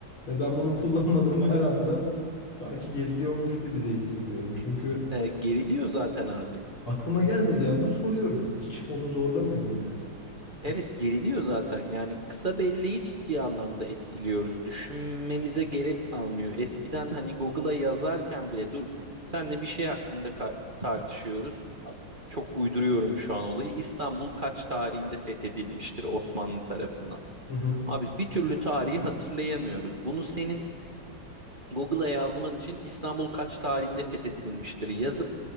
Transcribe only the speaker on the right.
Ee, geriliyor zaten abi.
Evet
geriliyor zaten yani kısa belleği ciddi anlamda etkiliyoruz. Düşünmemize gerek kalmıyor. Eskiden hani Google'a yazarken bile dur hani senle bir şey hakkında kar- tartışıyoruz. A- Çok uyduruyorum şu an olayı. İstanbul kaç tarihinde fethedilmiştir Osmanlı tarafından?
Abi bir türlü tarihi hatırlayamıyoruz. Bunu senin Google'a yazman için İstanbul kaç tarihinde fethedilmiştir yazıp